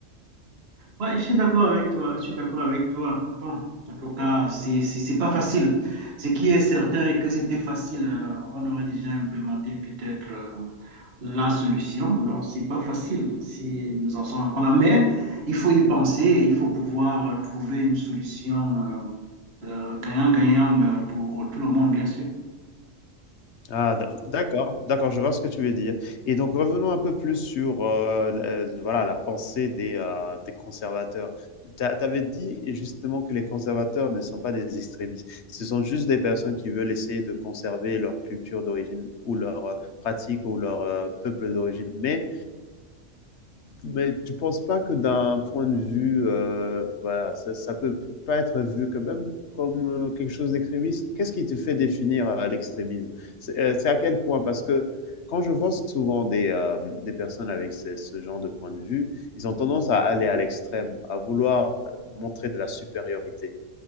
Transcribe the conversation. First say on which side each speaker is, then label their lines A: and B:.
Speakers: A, on the right; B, on the left.
A: Ouais, je suis d'accord avec toi, je suis d'accord avec toi. Bon, en tout cas, c'est, c'est c'est pas facile. Ce qui est certain est que c'était facile, euh, on aurait déjà implémenté peut-être euh, la solution. Donc, c'est pas facile si nous en sommes encore là. Mais il faut y penser, il faut pouvoir euh, trouver une solution euh, euh, gagnant-gagnant euh, pour tout le monde, bien sûr.
B: Ah, d- d'accord, d'accord, je vois ce que tu veux dire. Et donc revenons un peu plus sur euh, la, la- voilà, la pensée des, euh, des conservateurs. Tu avais dit justement que les conservateurs ne sont pas des extrémistes, ce sont juste des personnes qui veulent essayer de conserver leur culture d'origine ou leur euh, pratique ou leur euh, peuple d'origine. Mais Mais tu penses pas que d'un point de vue, euh, voilà, ça, ça peut pas être vu quand même comme euh, quelque chose d'extrémiste Qu'est-ce qui te fait définir euh, l'extrémisme C'est euh, c'est à quel point Parce que quand je vois souvent des, euh, des personnes avec ce, ce genre de point de vue, ils ont tendance à aller à l'extrême, à vouloir euh, montrer de la supériorité.